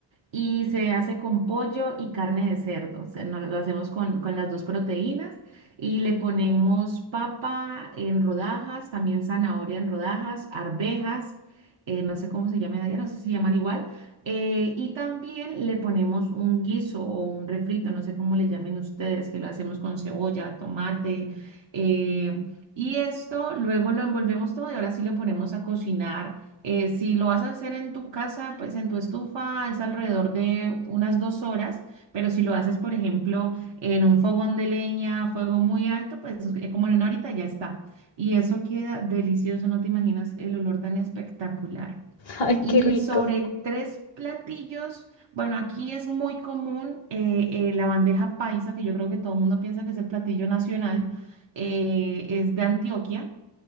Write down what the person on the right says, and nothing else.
y se hace con pollo y carne de cerdo. O sea, no- lo hacemos con, con las dos proteínas y le ponemos papa en rodajas, también zanahoria en rodajas, arvejas, eh, no sé cómo se llaman allá, no sé si se llaman igual. eh, y también le ponemos un guiso o un refrito, no sé cómo le llamen ustedes, que lo hacemos con cebolla, tomate. eh, y esto luego lo envolvemos todo y ahora sí lo ponemos a cocinar eh, si lo vas a hacer en tu casa, pues en tu estufa es alrededor de unas dos horas, pero si lo haces, por ejemplo, en un fogón de leña, fuego muy alto, pues eh, como en una horita ya está. Y eso queda delicioso, no te imaginas el olor tan espectacular.
Y
sobre tres platillos, bueno, aquí es muy común eh, eh, la bandeja paisa, que yo creo que todo el mundo piensa que es el platillo nacional, eh, es de Antioquia.